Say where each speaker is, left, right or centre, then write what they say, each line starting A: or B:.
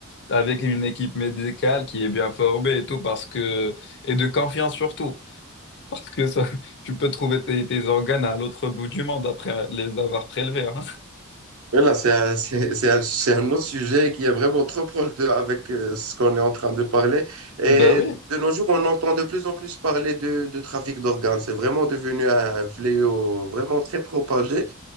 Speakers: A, on the left (about 55°); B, on the right (about 70°).
A: avec une équipe médicale qui est bien formée et tout parce que et de confiance surtout parce que ça tu peux trouver tes, tes organes à l'autre bout du monde après les avoir prélevés. hein.
B: Voilà, c'est un, <laughs> c'est, c'est un, c'est un autre sujet qui est vraiment trop proche de, avec euh, ce qu'on est en train de parler. Et
A: Ben oui,
B: de nos jours, on entend de plus en plus parler de, de trafic d'organes. C'est vraiment devenu un fléau vraiment très propagé.